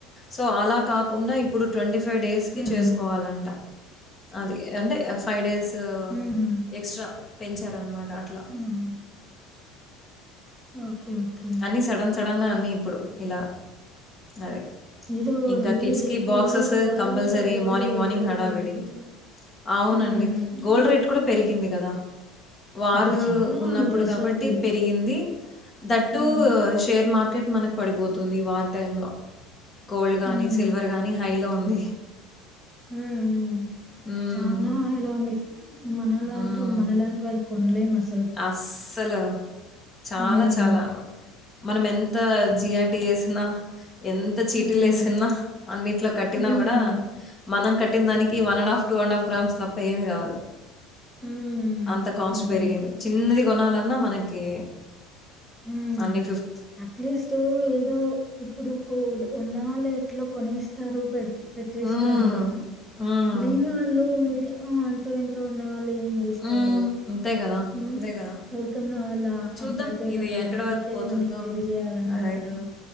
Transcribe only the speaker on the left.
సో అలా కాకుండా ఇప్పుడు ట్వంటీ ఫైవ్ ఫైవ్ డేస్
చేసుకోవాలంట అది అంటే ఫైవ్ డేస్ త
ఎక్స్ట్రా పెంచారు డన్ మాట అట్ల
అన్నీ సడన్ గా అన్నీ ఇప్పుడు ఇలా అదే
ఇంకా కిడ్స్
కి బాక్సెస్
compulsory
morning
morning
హడాడి
అవును
అండి గోల్డ్ రేట్ కూడా పెరిగింది
కదా వార్
ఉన్నప్పుడు
కాబట్టి పెరిగింది థాట్ టు
షేర్ మార్ మార్కెట్ మనకి పడిపోతుంది ఈ వార్ టైంలో గోల్డ్ కానీ
సిల్వర్ కానీ హైలోఉంది
హ్మ్.
హ్మ్.
అస్సలు చాలా
చాలా మనం ఎన్ త జిర్
టి ఏసినా ఎంత చీటీలు
వేసుకున్నా అన్నింటిలో కట్టి
కూడా మనం కట్టిన
దానికి One and half two and half grams తప్ పేమీ రాదు
అంత కాస్ట్
పెరిగింది
చిన్నది కొణాలన్నా మనకి
అన్నీ
హ్మ్. హ్మ్.
హ్మ్. అంతే గదా!
అంతే గదా!
చూద్దాం
ఇది
ఎక్కడ
వరకు పోతుందో
అదే